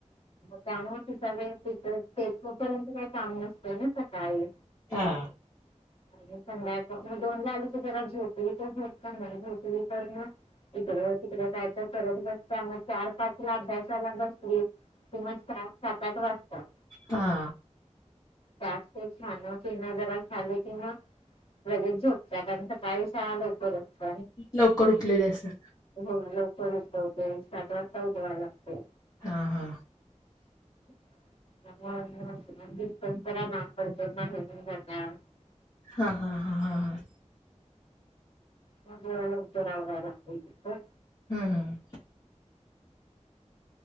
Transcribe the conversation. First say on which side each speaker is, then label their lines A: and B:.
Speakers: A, on the left; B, on the left.
A: त्यामुळे त सगळे तीथं ते तोपर्यंत काही काम नसतंय ना सकाळी.
B: हा
A: आणि सधा म दोन ला आली की जरा झोपली तर झप का नाही झोपली तर मग इकडे तिकडे करत बस्तिया पाचला अभ्यासाला बसली कि मग सात आठ वाजतात
B: हा
A: त्यात खान पिन जरा झाले की मग लगेच झोप कारण सकाळी शाळा लवकरच
B: लवकर उठलेली असते
A: होई लवकर उठी <unintelligible>
B: हा हा
A: <unintelligible>
B: हा हा हा हा हा
A: मग करावा लागतय लवकर
B: हम्म हम्